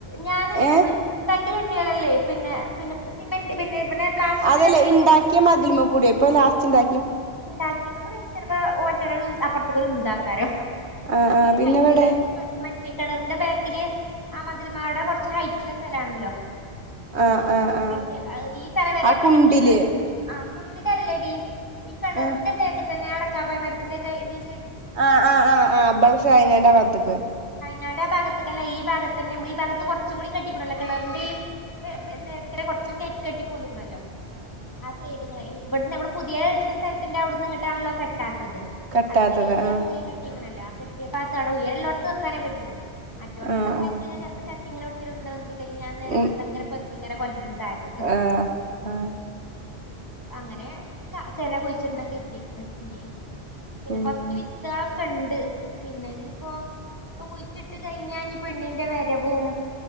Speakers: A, on the left; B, on the right.
A: ഞാന്
B: ഏ
A: എ പി ഇണ്ടാക്കിയേ ട്ടിയറല്ലേ പിന്നെ പിന്നെ സിമൻ്റ് പിന്നെ പിന്നെ പ്ലാസ്റ്റിക്കിന്റെ
B: അതെല്ലേ
A: ചട്ടികളൊക്കെ
B: ഇണ്ടാക്കിയ മതിലുമകൂടെയെ ഇപ്പ ലാസ്റ് ഇണ്ടാ
A: ഇണ്ടാക്കിന്നൊക് ടെ <unintelligible> ചെലപ്പോ ഓ മറ്റോനൊരു അപ്പറത്തുക്കൊരുന്താക്കാരം
B: ആ
A: അത്
B: ആ
A: തീരെ
B: പിന്നെ
A: ഹൈറ്റില്ല
B: ഇവിടെ
A: ഞാൻ പെട്ട് മ കെണറിൻ്റെ ബാക്കില് ആ മതിലുമ അവിടെ കൊറച്ച് ഹൈറ്റ്ള്ള സ്ഥലാണല്ലോ
B: ആ ആ ആ
A: മറ്റേ അത് ഈ തലവരെ
B: ആ
A: മ്മള്
B: കുണ്ടില്
A: കെട്ടിക്ണല്ലോ ആ കുണ്ടിലല്ലെടി ഈ കെണറിൻ്റെ
B: ആ
A: ബേക്ക് തന്നെ അട ക്കാപ്പയ മരത്തിൻ്റെ ഒക്കെ ഇതീ
B: ആആആആ ബള ഷാഹിനെൻ്റെ ആ ഭാഗത്ത്ക്ക്
A: നാൻ്റെ ഭാഗത്തിക്കല്ല ഈ ഭാഗത്ത്ന്നെ മ്മള് ഈ ഭാഗത്തു കൊറച്ചും കൂടി കെട്ടിക്കണല്ലോ കെണറിൻ്റെ ഈ വേവെ പിന്നെ ക്കരെ കൊറച്ചും ടി കേറ്റി കെട്ടിപോന്നു ത്തുണല്ലോ ആ സൈഡിങ്ങനെ യു ബെട്ന്ന് ഞമ്മള് പുതിയേ ഇട്ത്ത് സ്ഥലത്തിൻ്റെ അവ്ട്ന്ന് ഇങ്ങടാണല്ലോ കെട്ടാ ത്തത്
B: കെട്ടാത്തത്
A: അത് വരെയില്ല്യ
B: ആ
A: മൂല കെട്ടി ക്ക്ണല്ല ആ കെട്ട്യ ഭാഗത്ത് ആ ഉയരം ഉള്ളോട്ത്ത് വക്കാനെ പറ്റുള്ളൂ മറ്റോടത്
B: ആ
A: ന്ന് ക്കെ
B: ആ
A: ആയ്ക്കയിഞ്ഞാ ചെലപ്പോ ച ഇങ്ങനെ പിടിച്ചൊരു ഉന്തങ്ങ് ഉന്തി പിന്നെ ഞാൻ നേരം
B: ഉം
A: വെളുത്തങ്ങനെ പെറു ക്കിങ്ങനെ കൊണ്ടര് ണ്ട് തായത്ത് ന്ന്
B: ആ ആ
A: അങ്ങനെ കാ <unintelligible> കുഴിച്ചിടണം കര്തീക്ക്ണ് ഇഞി പിന്നെ
B: ഉം
A: കൊർച്ച് വിത്താളൊ ക്കെണ്ട് പിന്നെ ഇത്തിപ്പോ പ്പോ കുയിച്ചിട്ട് കഴിഞ്ഞാ ഇഞ് പെണ്ണിന്റെ വരവും